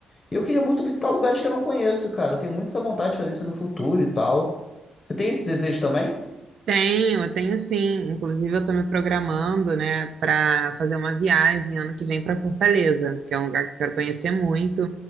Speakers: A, on the left; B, on the right.
A: E eu queria muito visitar lugares que eu não conheço, cara. Eu tenho muito essa vontade de fazer isso no futuro e tal. Você tem esse desejo também?
B: Tenho, tenho sim. Inclusive, eu tô me programando, né, para fazer uma viagem ano que vem para Fortaleza, que é um lugar que eu quero conhecer muito.